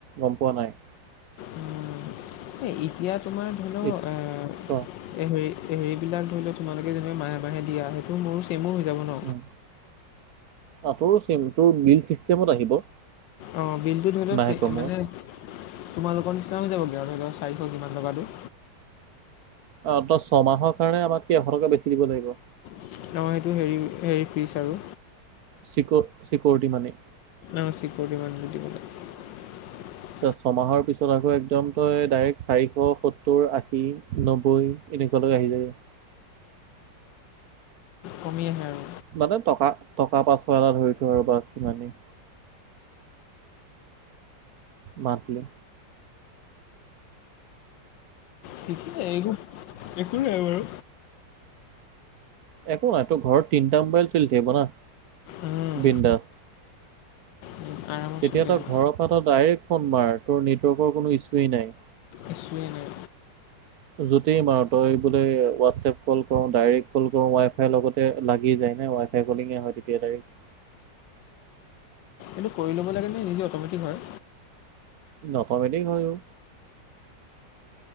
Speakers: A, on the right (about 65°); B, on the left (about 85°).
A: গম পোৱা নাই
B: উম, এই এতিয়া তোমাৰ ধৰি লওক
A: এত-
B: এ এ
A: ক
B: হেৰি হেৰি বিলাক ধৰি লও তোমালোকে যেনেকে মাহে মাহে দিয়া সেইটো মোৰো চেমো হৈ যাব ন
A: উম। অ তোৰো চেম তোৰ বিল চিষ্টেমত আহিব
B: অ বিলটো ধৰি লওক
A: মাহেকৰ
B: মানে
A: মোৰ
B: তোমালোকৰ নিচিনা হৈ যাবগৈ আৰু ধৰি লওক চাৰিশ কিমান টকাটো
A: অ তই ছয়মাহৰ কাৰণে আমাতকে এশ টকা বেছি দিব লাগিব
B: অহ সেইটো হেৰি হেৰি ফিচ আৰু
A: চিক চিকউৰিটি মানি
B: অ চিকৰউটি মানি দিব লাগিব
A: ত ছমাহৰ পিছত আকৌ একদম তই ডাইৰেক্ট চাৰিশ সত্তৰ আশী নব্বৈ এনেকুৱালৈকে আহি যায়
B: কমি আহে আৰু
A: মানে টকা টকা পাঁচশ এটা ধৰি থ আৰু বাছ সিমানেই মাটলি
B: ঠিকেই এইবো একো নাই বাৰু
A: একো নাই তো ঘৰত তিনিটা মোবাইল চলি থাকিব না,
B: উম,
A: বিন্দাছ।
B: উম, আৰামত
A: তেতিয়া
B: চলি থাকিব
A: তই ঘৰৰ পৰা তই ডাইৰেক্ট ফোন মাৰ তোৰ নেটৱৰ্কৰ কোনো ইছুৱেই নাই।
B: ইচোৱে নাই
A: যতেই মাৰ তই বোলে হোৱাটছএপ কল কৰো, ডাইৰেক কল কৰো, ৱাই ফাইৰ লগতে লাগি যায় ন ৱাই ফাই কলিঙে হয় তেতিয়া ডাইৰেক্ট।
B: এইটো কৰি ল'ব লাগেনে নিজে অট'মেটিক হয়?
A: নটমেদি হয়ো।